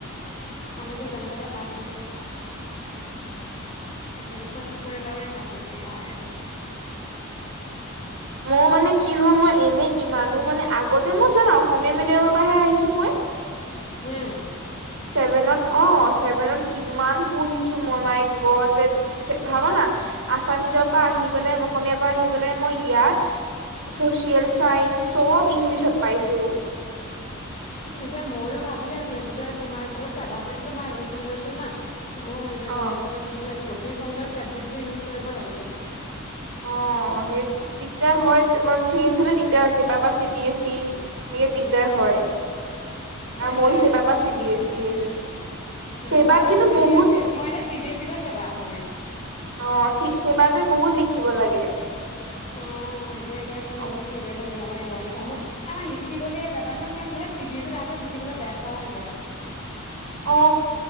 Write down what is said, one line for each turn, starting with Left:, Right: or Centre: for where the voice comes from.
Left: জাননে তেনে পাছ হৈছোঁ। মইটো শুছুৰী বাগৰী পাছ হৈছোঁ। বাপৰে
Right: মোৰ মানে কি হয় মই এনেই কিমানো মানে আগতে মই জান অসমীয়া মিডিয়ামৰ পৰাহে আহিছো মই
Left: হম!
Right: ছেভেনত অ ছেভেনত কিমান পঢ়িছো মই মাই গত ভাবানা আছামিজৰ পৰা আহি পেলাই অসমীয়াৰ পৰা আহি পেলাই মই ইয়াত ছচিয়েল চাইন্স চব ইংলিছত পাইছো।
Left: এতিয়া ময়ো ভাবি আছো, এইটো যে তোমাৰ ছেভাতেটো তোমাৰ এডমিছন লৈছো না ময়ো ভাবিছিলো
Right: অ
Left: কেনেকুৱা কি হয় নতুন। <unintelligible> ইউজ কৰিব লাগিব
Right: অ সেই দিগদাৰ হয় চেঞ্জ হলে দিগদাৰ হৈছো চি বি এছ ই এনেকে দিগদাৰ হয়
Left: উপায়
Right: মইয়ো
Left: নাই
Right: চেবা
Left: আৰু, কিনো
Right: পা চি
Left: কৰিম
Right: বি এছ ই হৈছো চেবাত
Left: এ মই
Right: কিন্তু
Left: আকৌ চি
Right: বহুত
Left: বি এছ মই এতিয়া চি বি এছিৰ পৰা ছেবা সোমাই
Right: অ ছেবা জে বহুত লিখিব লাগে।
Left: অ সেইটোয়ে এতিয়া কি হ'ব
Right: অ
Left: জানো সেইটোয়ে এটা মিলাব।
Right: উম
Left: আমাৰ লিখিব বেয়া নয় কি হয় চি বি এছি তাৰ পিছত লিখিবলৈ বেয়া পোৱা হৈ যায়।
Right: অ